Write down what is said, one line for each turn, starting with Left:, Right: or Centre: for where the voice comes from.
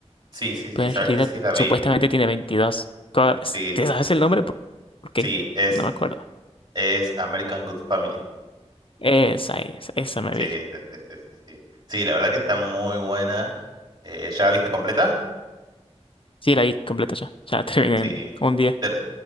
Right: sí, sí, sí,
Left: pero
Right: sabes
Left: en realidad
Right: que sí la vi.
Left: supuestamente tiene 22 Co-
Right: Sí,
Left: ¿Te sabes el nombre? Por- Porque
Right: sí, es,
Left: no me acuerdo.
Right: es American Good Family.
Left: Esa es, esa me
Right: Sí,
Left: vi.
Right: sí, sí, sí, sí, sí. Sí, la verdad que está muy buena. Eh, ¿ya la viste completa?
Left: Sí, la vi completa ya. Ya <laughs> terminé
Right: Sí.
Left: en un día.
Right: Te-